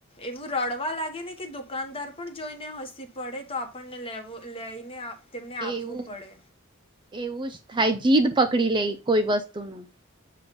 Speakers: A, on the left (about 25°); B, on the right (about 20°).
A: એવું રડવા લાગે ને કે દુકાનદાર પણ જોઈને હ શી પડે તો આપણને લેવો લઈને તેમને આપવો
B: એવું
A: પડે.
B: એવું જ થાય જીદ પકડી લેય કોઈ વસ્તુ નું.